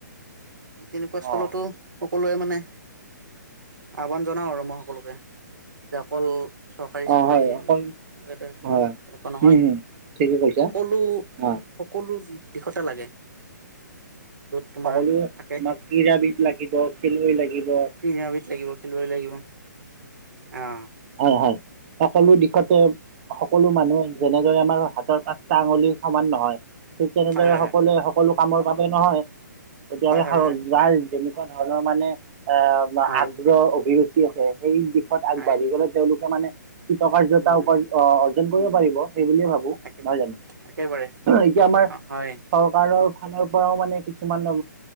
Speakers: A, on the right (about 70°); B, on the right (about 35°).
A: এই তেনেকুৱা স্থলতো
B: অ
A: - সকলোৱে মানে আহ্বান জনাও আৰু মই সকলোকে, যে অকল - চৰকাৰী চাকৰিৰ
B: অ হয় অকল
A: - যাতে
B: হয়
A: তেনেকুৱা নহয়,
B: হম হম ঠিকে কৈছা
A: সকলো
B: অ
A: - সকলো দি দিশতে লাগে। য'ত তোমাৰ
B: সকলোৱে আমাক
A: থাকে
B: ক্ৰীড়াবিদ লাগিব খেলুৱৈ লাগিব -
A: ক্ৰীড়াবিদ লাগিব খেলুৱৈ লাগিব, অ।
B: হয় হয়, সকলো দিশতে সকলো মানুহে যেনেদৰে আমাৰ হা তৰ পাঁচটা আঙুলি সমান নহয় ঠিক তেনেদৰে
A: হয় হয়
B: সকলোৱে সকলো কামৰ বাবে নহয়। কেতিয়াবা
A: হয় হয় হয়
B: যাৰ যেনেকুৱা ধৰণৰ মানে আহ,
A: হয়
B: আগ্ৰহ
A: হয়
B: অভিৰুচি আছে, সেই দিশত আগবাঢ়ি
A: হয়
B: গ'লে তেওঁলোকে মানে কৃতকাৰ্যতা
A: উম
B: উপাৰ্জন অ, অৰ্জন কৰিব পাৰিব সেই বুলিয়ে ভাবো
A: একে
B: নহয় জানো।
A: একেবাৰে
B: এতিয়া আমাৰ
A: অ হয়
B: চৰকাৰৰ ফালৰ পৰাও মানে কিছুমান অ,